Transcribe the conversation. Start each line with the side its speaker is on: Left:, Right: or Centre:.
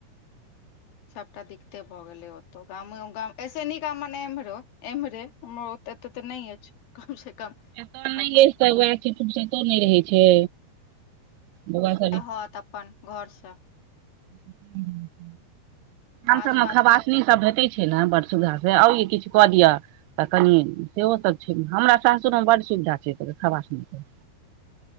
Left: सबटा दिक्ते भऽ गेले ओतो गामे गाम ऐसे नीक गाम एम्हरो एम्हरे हम ओते एते ते नहि अछि कम से कम
Right: ए तोनहि
Left: अपन
Right: तह फुसतो नहि रहै छै बौआ सब
Left: ह त अपन घर सँ
Right: ह <unintelligible> आ
Left: काज
Right: सभमे
Left: बात
Right: खबासनी
Left: के
Right: सभ भेटैत छै ने बड़ सुविधा से आ ई किछु कऽ दिअ तऽ कनि सेहोसभ छै हमरा सासुरमे बड्ड सुविधा छै खबासनि